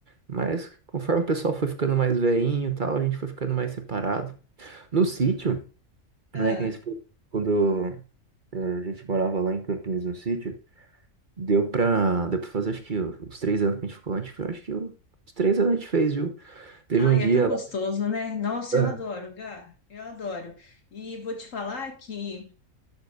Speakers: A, on the right; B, on the left.
A: mas conforme o pessoal foi ficando mais velhinho e tal, a gente foi ficando mais separado. No sítio,
B: Ah.
A: né, que a gente, quando eh, a gente morava lá em Campinas, no sítio, Deu pra, deu pra fazer, acho que os três anos que a gente ficou lá, a gente, foi- acho que os três anos a gente fez, viu? Teve
B: Ai,
A: um dia
B: é tão gostoso,
A: lá.
B: né? Nossa,
A: Ah,
B: eu adoro, Gá. Eu adoro. E vou te falar que.